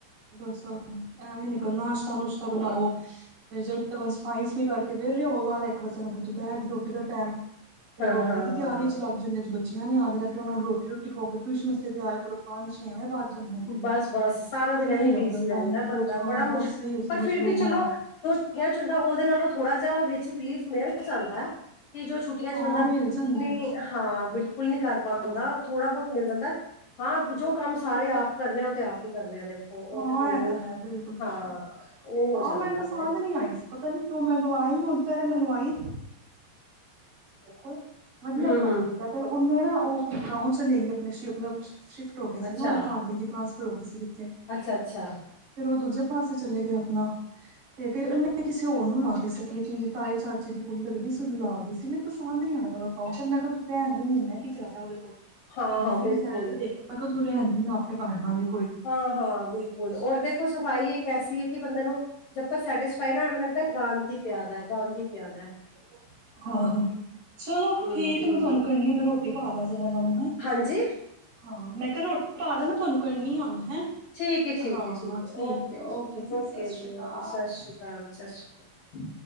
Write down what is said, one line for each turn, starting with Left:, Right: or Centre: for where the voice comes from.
Right: ਬਸ ਐਵੇਂ ਨਿਕਲ ਨਾਸ਼ਤਾ-ਨਸ਼ਤਾ ਬਣਾਓ, ਫਿਰ ਜਦੋ ਤਕ ਸਫਾਈ ਕਰਕੇੇ ਵਹੇਲੇ ਹੋਵੋ ਬਾਰਾ ਇੱਕ ਵਜੇ ਫਿਰੂੰ ਦੁਪਹਿਰ ਦੀ ਰੋਟੀ ਦਾ ਟਾਈਮ ਫੇਰ
Left: ਹਾਂ
Right: ਰੋਟੀ
Left: ਹਾਂ
Right: ਦੀ ਤਿਆਰੀ
Left: ਹਾਂ
Right: ਚ ਲੱਗ ਜਾਂਦੇ ਜਾਣੇ ਜਾਂਦੇ ਆ ਬੱਚੇ। ਨੀ ਯਾਦ ਰੱਖਣਾ ਫਿਰ ਉਹਨਾਂ ਨੂੰ ਰੋਟੀ ਰੋਟੀ ਖਵਾਓ ਫੇਰ ਟਿਊਸ਼ਨ ਲਈ ਤਿਆਰ ਕਰੋ ਪੰਜ ਛੇ ਇਵੇਂ ਵੱਧ ਜਾਂਦੇ। ਨੇ
Left: ਬਸ-ਬਸ ਸਾਰਾ ਦਿਨਾਂ
Right: ਨਹੀਂ
Left: ਐਵੇਂ
Right: ਲੱਗਦਾ
Left: ਬਿਜ਼ੀ ਰਹਿੰਦਾ
Right: ਟਾਈਮ ਬਹੁਤ
Left: ਬੰਦਾ
Right: ਹਾਂ
Left: ਬੜਾ
Right: ਬਸ
Left: ਮੁਸ਼ਕਿਲ
Right: ਇਹੀਓ ਸਮਝ
Left: ਪਰ ਫਿਰ
Right: ਲੋ
Left: ਵੀ
Right: ਹਾਂ
Left: ਚਲੋ। ਚ ਹੁੰਦਾ ਉਹਦੇ ਨਾਲੋਂ ਥੋੜਾ ਜਿਹਾ ਵਿਚ ਰਿਲੀਫ਼ ਮਿਲ ਜਾਂਦਾ। ਵੀ ਜੋ ਛੁੱਟੀਆਂ
Right: ਹਾਂ
Left: ਚ ਬੰਦਾ ਬਿਲਕੁਲ
Right: ਮਿਲ ਜਾਂਦਾ
Left: ਨਹੀਂ ਹਾਂ ਬਿਲਕੁਲ ਨਹੀਂ ਕਰ ਪਾਉਂਦਾ
Right: ਹਾਂ
Left: ਉਹ ਥੋੜਾ ਬਹੁਤ ਮਿਲ ਜਾਂਦਾ। ਹਾਂ ਜੋ ਕੰਮ ਸਾਰੇ ਆਪ ਕਰਨੇ ਆ ਉਹ ਤੇ ਆਪ ਹੀ ਕਰਨੇ ਆ। ਦੇਖੋ ਉਹ
Right: ਹਾਂ
Left: ਤੇ ਕੋਈ ਨੀ
Right: ਇਹ ਤਾਂ ਹੈ ਬਿਲਕੁਲ-ਬਿਲਕੁਲ
Left: ਹਾਂ ਉਹ ਹੋ
Right: ਹਾਂ
Left: ਜਾਂਦਾ
Right: ਮੈਨੂੰ ਪਸੰਦ
Left: ਵੇ
Right: ਨੀ ਆਈ ਸੀ ਪਤਾ ਨੀ ਕਿਉਂ ਮੈਂਨੂੰ। ਹੁਣ ਤੇ ਪਹਿਲੇ ਮੈਨੂੰ। ਕੋਲ ਵਧੀਆ
Left: ਹੂੰ-ਹੂੰ
Right: ਕੰਮ ਕੀਤਾ ਫਿਰ ਉਹਨੇ ਨਾ। ਉਹ ਗਾਓਂ ਚਲੇ ਗਈ ਆਪਣੇ ਸ਼ਿਫਟ ਹੋ ਗਏ ਸੀ
Left: ਅੱਛਾ,
Right: ਨਾ ਉਹਦਾ ਘਰ ਵਾਲੇ ਦੀ ਟਰਾਂਸਫਰ ਹੋ ਗਏ ਸੀਗੀ। ਫੇਰ
Left: ਅੱਛਾ-ਅੱਛਾ
Right: ਉਹ ਦੂਜੇ ਪਾਸੇ ਚਲੇ ਗਏ ਆਪਣਾ। ਤੇ ਫਿਰ ਇਹਨੇ ਕਿਸੇ ਹੋਰ ਨੂੰ ਲਾ ਗਈ ਸੀ ਕਿ ਦੀ ਤਾਏ ਚਾਚੇ ਦੀ ਕੁੜੀ ਲੱਗਦੀ ਸੀ ਉਹਨੂੰ ਲਾ ਗਈ ਸੀ। ਤੇ ਮੈਨੂੰ ਪਸੰਦ ਨੀ ਆਇਆ ਉਹਦੇ ਕੋਲ ਮੈਂ ਕਿਹਾ ਰਹਿਣ ਦੇ ਮਹੀਨੇ ਕੀ ਕਰਾਣਾ ਉਹਦੇ ਕੋਲ।
Left: ਹਾਂ-ਹਾਂ
Right: ਮਹੀਨੇ ਦੀ
Left: ਬਿਲਕੁਲ
Right: ਨੂੰ ਸੈਲਰੀ ਦੇ ਕੇ ਮੈਂ ਕਿਹਾ ਤੂੰ ਰਹਿਣ ਦੇ ਮੈਂ ਆਪੇ ਪਾ ਦਿਆਂਗੇ।
Left: ਹਾਂ-ਹਾਂ ਬਿਲਕੁਲ ਔਰ ਦੇਖੋ ਸਫ਼ਾਈ ਇੱਕ ਐਸੀ ਹੈ ਕਿ ਬੰਦੇ ਨੂੰ ਜਦ ਤੱਕ ਸੈਟਿਸਫਾਈ ਨਾ ਮਿਲੇ। ਗੰਦ ਪਿਆਦਾ ਹੀ ਗੰਦ ਪਿਆਦਾ।
Right: <inaudible> ਆਹ ਚਲੋ
Left: ਹੂੰ
Right: ਠੀਕ
Left: ਹੂੰ
Right: ਮੈਂ ਤੁਹਾਨੂੰ ਕਰਨਣੀ ਮੈਂ ਰੋਟੀ ਪਾ ਦਵਾਂ ਜਰਾ ਇਹਨਾਂ ਨੂੰ ਹੈਂ।
Left: ਹਾਂਜੀ
Right: ਹਾਂ ਮੈਂ ਕਿਹਾ ਰੋਟੀ ਪਾ ਦਾ ਮੈਂ ਤੁਹਾਨੂੰ ਕਰਨੀ ਆ ਹੁਣੇ। ਹੈਂ।
Left: ਠੀਕ ਏ ਠੀਕ
Right: ਹਾਂ
Left: ਏ ਠੀਕ ਓਕੇ
Right: ਹੈ
Left: ਜੀ-ਓਕੇ
Right: ਸਤਿ
Left: ਜੀ,
Right: ਸ਼੍ਰੀ
Left: ਓਕੇ,
Right: ਅਕਾਲ।
Left: ਸਤਿ ਸ਼੍ਰੀ ਅਕਾਲ। ਸਤਿ ਸ਼੍ਰੀ ਅਕਾਲ।